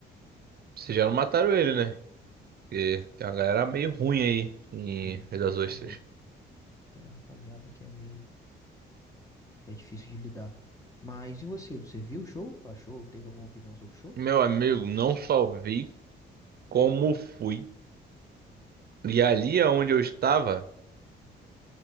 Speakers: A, on the right; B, on the left.
A: Vocês já não mataram ele, né? Porque tem uma galera meio ruim aí em
B: Tem
A: Rio das
B: raça
A: Ostras.
B: ruim, tem rapaziada que é meio que é difícil de lidar. Mas e você? Você viu o show? Achou? Teve alguma opinião sobre o show?
A: Meu amigo, não só vi. como fui. E ali onde eu estava,